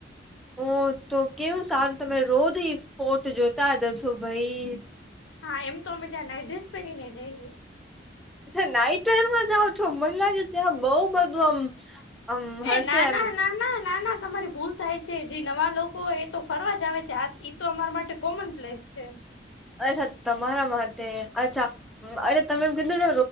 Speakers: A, in the centre; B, on the left.
A: ઓ તો કેવું સારું તમે રોજ એ ફોટ જોતા જ હશો ભઈ.
B: હા એમ તો અમે ત્યાં નાઈટડ્રેસ પેરી ને જઈયે.
A: અચ્છા નાઈટવેરમાં જાઓ છો મને લાગે ત્યાં બો બધું આમ આમ હશે
B: એ ના
A: એમ
B: ના ના ના ના ના તમારી ભૂલ થાય છે જે નવા લોકો એ તો ફરવા જ આવે છે તો અમારા માટે કોમન પ્લેસ છે.
A: અચ્છા તમારા માટે અચ્છા અરે તમે કીધું ને